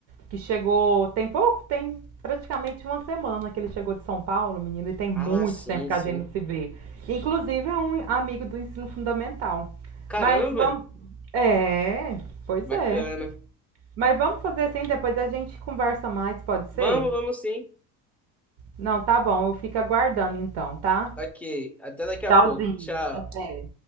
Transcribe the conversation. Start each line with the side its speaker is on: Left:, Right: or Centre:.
Right: que chegou tem pouco, tem praticamente uma semana que ele chegou de São Paulo, menino, e tem muito
Centre: Ah, sim,
Right: tempo que
Centre: sim.
Right: a gente não se vê. Inclusive é um amigo do ensino fundamental.
Centre: Caramba,
Right: Mas vamos. É, pois
Centre: bacana.
Right: é. Mas vamos fazer assim, depois a gente conversa mais, pode ser?
Centre: Vamos, vamos sim.
Right: Não, tá bom, eu fico aguardando então, tá?
Centre: Ok, até daqui
Right: Tchauzinho,
Centre: a pouco. Tchau.
Right: até.